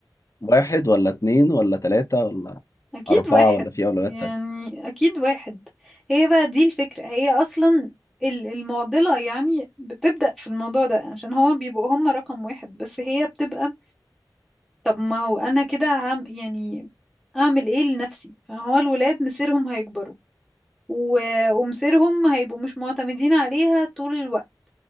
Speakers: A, on the left; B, in the centre.
A: واحد ولا اتنين ولا تلاتة ولا
B: اكيد
A: أربعة
B: واحد
A: ولا في أولويات
B: يعني
A: تانية
B: اكيد واحد هي بقى دي الفكرة هي اصلا ال- المعضلة يعني بتبدأ في الموضوع ده عشان هو بيبقوا هم رقم واحد بس هي بتبقى طب ما هو انا كده عم يعني اعمل ايه لنفسي فهو الولاد مصيرهم هيكبروا و... ومصيرهم هيبقوا مش معتمدين عليها طول الوقت